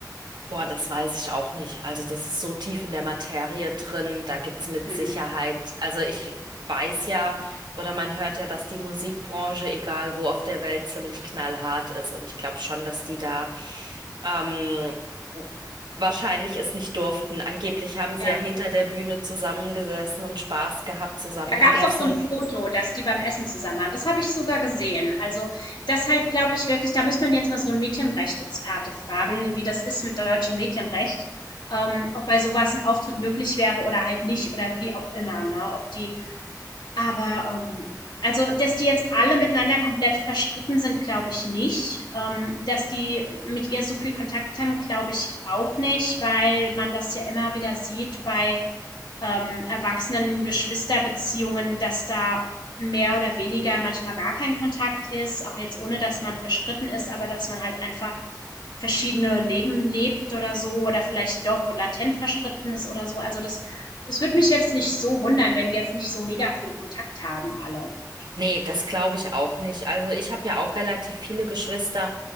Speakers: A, on the right; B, on the left.
A: Boah, das weiß ich auch nicht. Also das ist so tief in der Materie drin, da gibt's mit
B: Hm.
A: Sicherheit, also ich weiß ja oder man hört ja, dass die Musikbranche, egal wo auf der Welt, ziemlich knallhart ist. Und ich glaube schon, dass die da ähm, wahrscheinlich es nicht durften. Angeblich haben sie
B: Ja.
A: ja hinter der Bühne zusammengesessen und Spaß gehabt, zusammen
B: Da
A: gegessen.
B: gab's auch so ein Foto, dass die beim Essen zusammen waren. Das habe ich sogar gesehen. Also, deshalb glaube ich wirklich, da müsste man jetzt mal so 'n Medienrechtsexperte fragen, wie das ist mit deutschem Medienrecht, ähm, ob bei sowas ein Auftritt möglich wäre oder halt nicht oder wie auch immer, ne? Ob die aber, ähm also, dass die jetzt alle miteinander komplett verstritten sind, glaube ich nicht. Ähm, dass die mit ihr so viel Kontakt haben, glaube ich auch nicht, weil man das ja immer wieder sieht bei ähm, erwachsenen Geschwisterbeziehungen, dass da mehr oder weniger manchmal gar kein Kontakt ist, auch jetzt ohne, dass man verstritten ist, aber dass man halt einfach verschiedene Leben lebt oder so oder vielleicht doch latent verstritten ist oder so. Also das, es würde mich jetzt nicht so wundern, wenn die jetzt nicht so mega viel Kontakt haben, alle.
A: Nee, das glaube ich auch nicht. Also ich habe ja auch relativ viele Geschwister